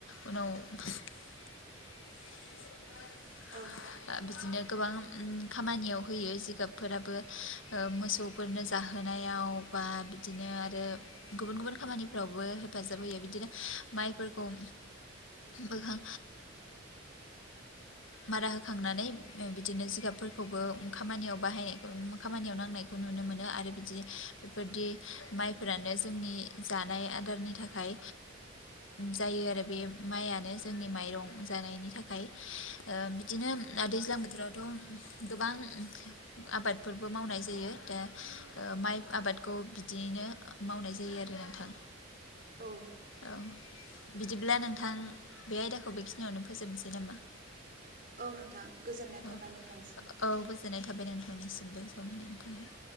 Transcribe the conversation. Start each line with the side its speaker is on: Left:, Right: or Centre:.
Left: उनाव <unintelligible>
Right: औ
Left: बिदिनो गोबां खामानियाव होयो जिगाबफोराबो मोसौ फोरनो जाहोनायाव बा बिदिनो आरो गुबुन गुबुन खामानिफ्रावबो हेफाजाब होयो बिदिनो माइफोरखौ बोखां मारा होखांनानै बिदिनो जिगाबफोरखौबो खामानियाव बाहायनायखौ खामानियाव नांनायखौ खौ नुनो मोनो आरो बिदि बेफोरदि माइफोरानो जोंनि जानाय आदारनि थाखाय जायो आरो बे माइआनो जोंनि माइरं जानायनि थाखाय बिदिनो दैज्लां बोथोरावथ' गोबां आबादफोरबो मावनाय जायो दा माइ आबादखौ बिदियैनो मावनाय जायो आरो नोंथां
Right: औ
Left: औ बिदिब्ला नोंथां बे आयदाखौ बेखिनियावनो फोजोबसै नामा
Right: औ नोंथां गोजोननाय
Left: औ
Right: थाबाय नोंथांनिसिम
Left: औ गोजोननाय थाबाय नोंथांनिसिमबो सम होनायनि थाखाय